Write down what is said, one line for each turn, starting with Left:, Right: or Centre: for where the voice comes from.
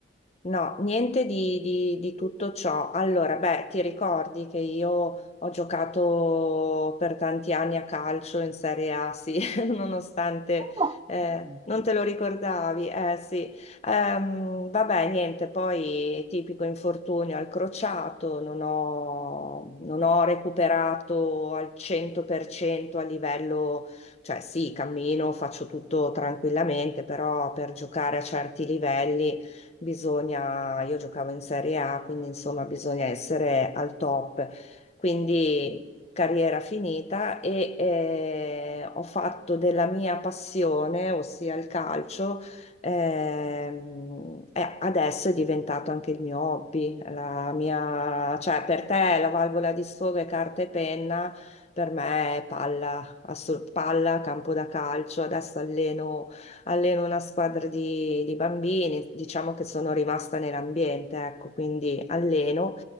Left: No, niente di, di- di tutto ciò. Allora, beh, ti ricordi che io ho giocato per tanti anni a calcio in Serie A, sì, <laughs> nonostante
Right: Ah,
Left: eh,
Right: sì,
Left: non
Right: sì.
Left: te lo ricordavi, eh sì. Ehm, vabbè, niente, poi tipico infortunio al crociato, non ho, non ho recuperato al 100% a livello, cioè sì, cammino, faccio tutto tranquillamente, però per giocare a certi livelli bisogna, io giocavo in Serie A, quindi insomma bisogna essere al top. Quindi carriera finita e eh, ho fatto della mia passione, ossia il calcio, ehm, e adesso è diventato anche il mio hobby, la mia, cioè per te la valvola di sfogo è carta e penna. Per me è palla, assol- palla, campo da calcio. Adesso alleno alleno una squadra di, di bambini, diciamo che sono rimasta nell'ambiente, ecco, quindi alleno